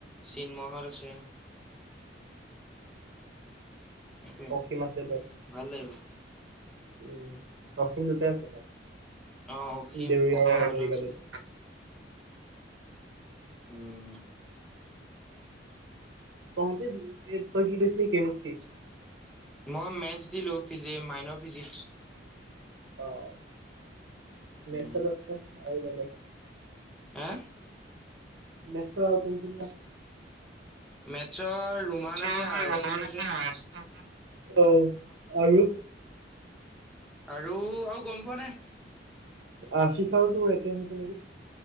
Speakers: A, in the centre; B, on the right.
A: চিন্ময়হঁত আছে সেইটোৱে
B: অসীম আছে তাত
A: ভাল লাগিব
B: উম অসিম দুুটা আছে তাত
A: অ অসীম
B: দেউৰিয়া
A: অসীমহঁতো আছে
B: কাটোতে
A: উম
B: তই কি দেখিলি কেমেচত্ৰী
A: মই মেথছ দিলো মাইনৰ ফিজিক্স
B: অ
A: উম
B: মেঠচত আৰু বেলেগ
A: হা
B: মেট্ৰ আৰু কোন কোন
A: মেথছৰ ৰোমান
B: আছে <unintelligible>
A: আৰ্চিচ আছে
B: অ আৰু
A: আৰু আৰু গম পোৱা নাই
B: আশিষ চাহ ত কেমছিল নেকি?